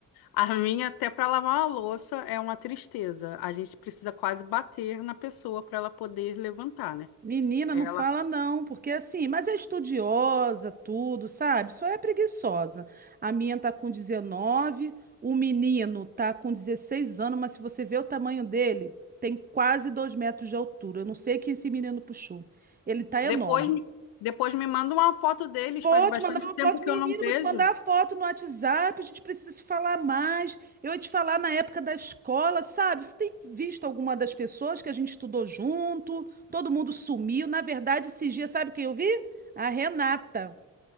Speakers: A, on the left; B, on the right.
A: A minha, até para lavar uma louça, é uma tristeza. A gente precisa quase bater na pessoa para ela poder levantar, né?
B: Menina,
A: Ela
B: não fala não, porque assim, mas é estudiosa, tudo, sabe? Só é preguiçosa. A minha tá com 19, o menino tá com 16 anos, mas se você ver o tamanho dele, tem quase dois metros de altura. Eu não sei quem esse menino puxou. Ele tá enorme.
A: depois, me- depois me manda uma foto deles,
B: Vou
A: faz bastante
B: te mandar uma
A: tempo
B: foto,
A: que
B: menino,
A: eu não vejo.
B: vou te mandar a foto no WhatsApp, a gente precisa se falar mais. Eu ia te falar na época da escola, sabe? Você tem visto alguma das pessoas que a gente estudou junto? Todo mundo sumiu. Na verdade, esses dias, sabe quem eu vi? A Renata.